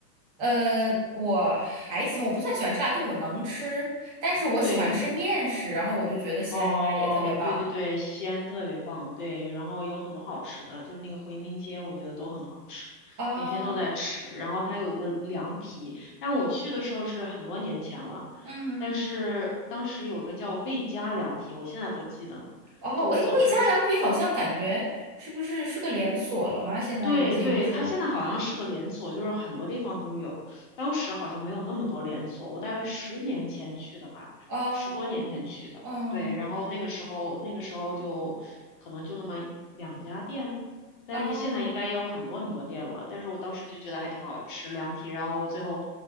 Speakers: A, on the right (about 25°); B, on the left (about 30°).
A: 呃，我还行，我不算喜欢吃辣，就我能吃，但是我喜欢吃面食，
B: 对。
A: 然后我就觉得西安应该也特别棒
B: 哦，对对对，西安特别棒，对，然后有很多好吃的，就是那个回民街，我觉得都很好吃，
A: 啊，
B: 每天都在吃。然后它有一个凉皮，但我去的时候是很多年前了，
A: 嗯。
B: 但是当时有一个叫魏家凉皮，我现在都记得呢。
A: 哦，
B: 就走之
A: 喂，魏家凉皮好像感觉是不是是个连锁了吗？现在已经是
B: 对对，它现在好像是个连锁，就是很多地方都有。当时好像没有那么多连锁，我大概十年前去的吧，
A: 哦，
B: 十多年前去的。
A: 嗯，
B: 对，然后那个时候那个时候就可能就那么两家店，但是现在应该也有很多很多店了。
A: 哦，
B: 但是我当时就觉得还挺好吃，凉皮。然后最后